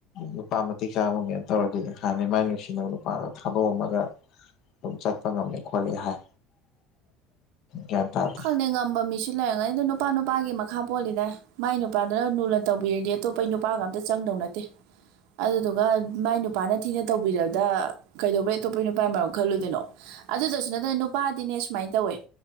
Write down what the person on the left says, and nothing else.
ꯅꯨꯄꯥ ꯃꯇꯤꯛ ꯆꯥꯕꯒꯦ ꯇꯧꯔꯗꯤ ꯍꯥꯟꯅ ꯃꯥꯏ ꯅꯨꯡꯁꯤꯅꯕ ꯅꯨꯄꯥꯗꫭ ꯊꯥꯗꯣꯛꯑꯝꯃꯒ ꯑꯗꯨꯝ ꯆꯠꯄ ꯉꯝꯃꯦ ꯈꯣꯠꯂꯤ ꯍꯥꯏ ꯒ꯭ꯌꯥꯟ ꯇꯥꯗꯦ